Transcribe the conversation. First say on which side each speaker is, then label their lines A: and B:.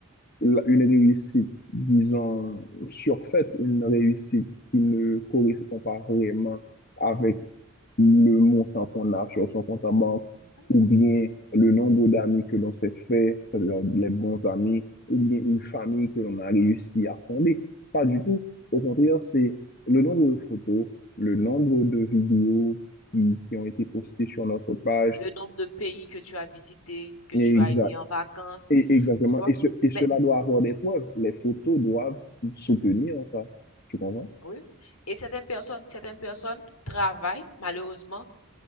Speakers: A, on the left (about 45°); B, on the left (about 80°).
A: la- une réussite, disons, surfaite, une réussite qui ne correspond pas vraiment avec le montant qu'on a sur son compte en banque,
B: Mhm.
A: ou bien le nombre d'amis que l'on s'est fait, c'est-à-dire les bons amis, ou bien une famille que l'on a réussi à fonder. Pas du tout. Au contraire, c'est le nombre de photos, le nombre de vidéos qui, qui ont été postées sur notre page,
B: Le nombre de pays que tu as visités, que
A: et
B: tu as
A: exa-
B: été en vacances,
A: et, exactement.
B: tu vois.
A: Et, ce- et cela
B: Mais,
A: doit avoir des preuves. Les photos doivent soutenir
B: Mhm,
A: ça. Tu comprends?
B: oui. Et certaines personnes, certaines personnes travaillent malheureusement